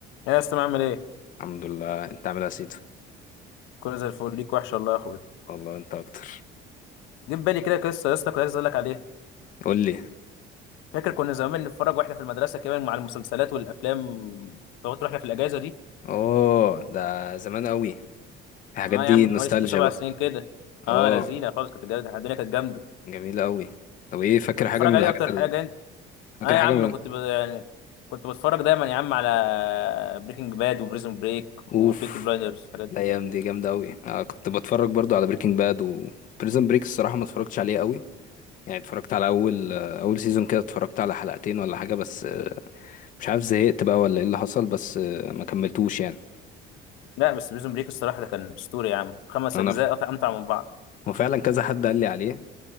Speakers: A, on the left; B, on the left.
A: يا اسطى عامل ايه
B: الحمد لله انت عامل ايه يا سيدو
A: كله زي الفل ليك وحش والله يا اخويا
B: والله انت اكتر
A: جه في بالي كده قصه يا اسطى كنت عايز اقول لك عليها
B: قول لي
A: فاكر كنا زمان بنتفرج واحنا في المدرسه كمان مع المسلسلات والافلام فقلت احنا في الاجازه دي
B: اوه ده زمان قوي الحاجات
A: اه
B: دي
A: يا عم من
B: نوستالجيا
A: حوالي ست سبع
B: بقى
A: سنين كده
B: اه
A: اه لذينه خالص كانت جامده الدنيا كانت جامده
B: جميله قوي طب ايه فاكر
A: كنت بتتفرج
B: حاجه من
A: عليه
B: الحاجات
A: اكتر
B: ال...
A: حاجه انت
B: فاكر
A: اه يا
B: حاجه
A: عم
B: من
A: كنت ب... يعني كنت بتفرج دايما يا عم على بريكنج باد وبريزون بريك
B: اوف
A: والبيكي بلايندرز الحاجات دي
B: الايام دي جامده قوي انا كنت بتفرج برضو على بريكنج باد وبريزن بريك الصراحه ما اتفرجتش عليه قوي يعني اتفرجت على اول آه، اول سيزون كده اتفرجت على حلقتين ولا حاجه بس آه، مش عارف زهقت بقى ولا ايه اللي حصل بس آه، ما كملتوش يعني
A: لا بس بريزون بريك الصراحه ده كان اسطوري يا عم خمس
B: انا
A: اجزاء
B: ف...
A: امتع من بعض
B: وفعلا كذا حد قال لي عليه